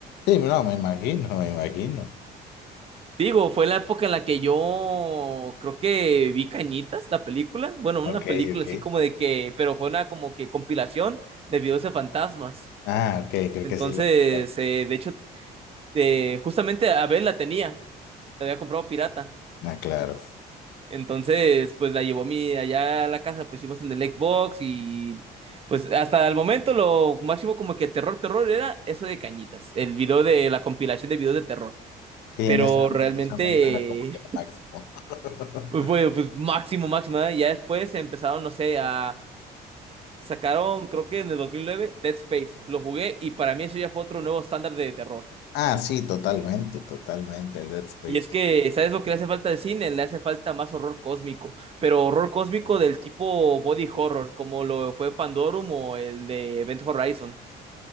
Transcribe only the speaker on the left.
Sí, no, me imagino, me imagino.
Ok,
ok.
Ah, ok, creo
que sí lo... Bueno,
ah, claro.
Sí,
en ese, en
ese momento era como que lo máximo. <laughs>
Ah, sí, totalmente, totalmente, el Dead Space.